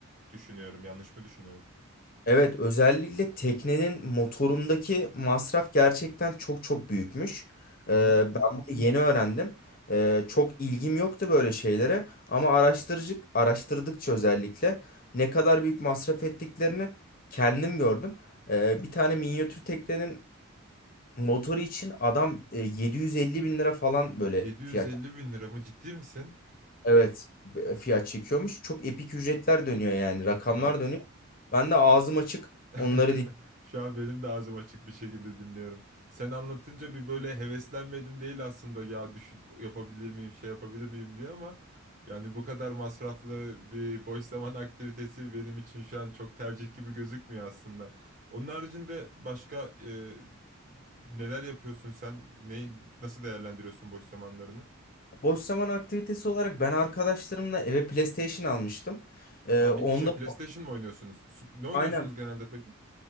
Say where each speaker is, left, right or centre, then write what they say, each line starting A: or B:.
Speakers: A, on the right; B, on the left.
A: düşünüyorum. Yanlış mı düşünüyorum?
B: Evet, özellikle teknenin motorundaki masraf gerçekten çok çok büyükmüş.
A: Hı
B: Ee,
A: hı.
B: ben bunu yeni öğrendim. Ee, çok ilgim yoktu böyle şeylere ama araştırıcı araştırdıkça özellikle ne kadar büyük masraf ettiklerini kendim gördüm. Ee, bir tane minyatür teknenin motoru için adam e, 750 bin lira falan böyle
A: 750
B: fiyat.
A: bin lira mı ciddi misin?
B: Evet, e, fiyat çekiyormuş. Çok epik ücretler dönüyor yani rakamlar
A: Ya
B: dönüyor. Ben de ağzım açık
A: <laughs>
B: onları
A: Şu an benim de ağzım açık bir şekilde dinliyorum. Sen anlatınca bir böyle heveslenmedim değil aslında ya düşün yapabilir miyim şey yapabilir miyim diye ama yani bu kadar masraflı bir boş zaman aktivitesi benim için şu an çok tercih gibi gözükmüyor aslında. Onun haricinde başka e, neler yapıyorsun sen? Neyi nasıl değerlendiriyorsun boş zamanlarını?
B: Boş zaman aktivitesi olarak ben arkadaşlarımla eve PlayStation almıştım. Ee,
A: Ha
B: onda
A: bir şey PlayStation mı oynuyorsunuz? Su- Ne oynuyorsunuz
B: aynen
A: genelde peki?